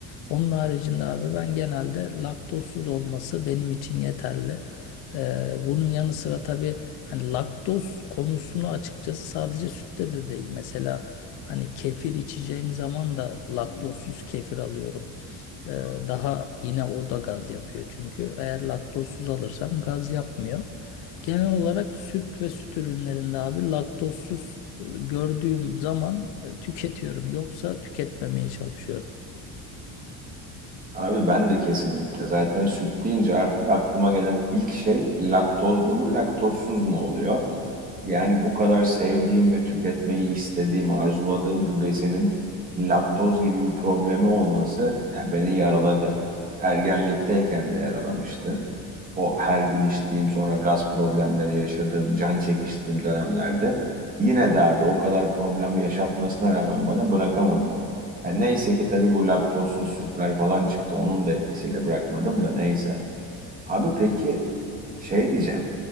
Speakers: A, on the left; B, on the right.
A: Onun haricinde abi ben genelde laktozsuz olması benim için yeterli. Ee, bunun yanı sıra tabii hani laktoz konusunu açıkçası sadece sütte de değil. Mesela hani kefir içeceğim zaman da Hmm. laktozsuz kefir alıyorum. Ee, Daha yine o da gaz yapıyor çünkü. Eğer laktozsuz alırsam gaz yapmıyor. Genel olarak süt ve süt ürünlerinde abi laktozsuz e, gördüğüm zaman e, tüketiyorum. Yoksa tüketmemeye çalışıyorum.
B: Abi ben de kesinlikle. Zaten süt deyince artık aklıma gelen ilk şey laktozlu mu laktozsuz mu oluyor? Yani bu kadar sevdiğim ve tüketmeyi istediğim, arzuladığım bir besinin laktoz gibi bir problemi olması yani beni yaraladı. Ergenlikteyken de yaralamıştı. O her gün içtiğim sonra gaz problemleri yaşadığım, can çekiştiğim dönemlerde yine de abi o kadar problem yaşatmasına rağmen bana bırakamadım. Yani neyse ki tabii bu laktozsuz sütler falan çıktı. Onun da etkisiyle bırakmadım da neyse. Abi peki şey diyeceğim.